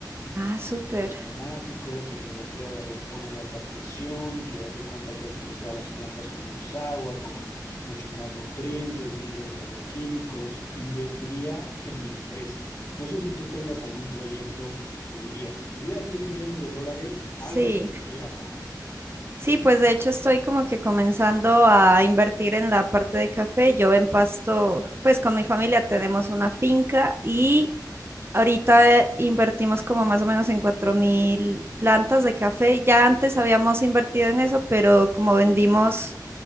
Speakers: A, on the right (about 35°); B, on the left (about 55°).
A: Ah, súper.
B: control climático, tecnología de aeroponía de alta presión, que haz de cuenta que haces crecer a las plantas con menos agua, con muchos más nutrientes, libres de agroquímicos, invertiría en mi empresa. No sé si tú tengas algún proyecto que dirías, si tuviera 10 millones de dólares, algo
A: Sí.
B: le metería acá.
A: Sí, pues de hecho estoy como que comenzando a invertir en la parte de café. Yo empasto, pues con mi familia tenemos una finca y Ahorita eh, invertimos como más o menos en 4.000 plantas de café. Ya antes habíamos invertido en eso, pero como vendimos